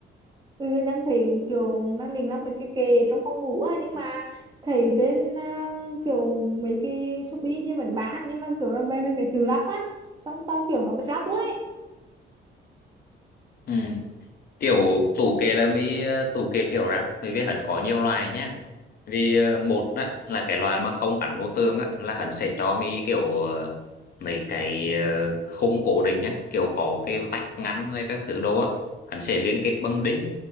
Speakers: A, on the right; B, on the left.
A: Ừ, đang thấy kiểu đang định lắp mấy cái kệ trong phòng ngủ á, nhưng mà thấy trên à, kiểu mấy cái Shopee chứ vẫn bán, nhưng mà kiểu là về mình phải tự lắp á. Xong tao kiểu nó bị ráp luôn
B: ừ. kiểu tủ kệ là mới ờ, tủ kệ kiểu rắn bởi vì hắn có nhiều loại nhá vì ờ, một á, là cái loại mà không gắn vô tường á, là hắn sẽ cho mi kiểu ờ, mấy cái ờ, khung cố định nhá kiểu có cái vách ngăn hay các thứ đồ á hắn sẽ liên kết bằng đính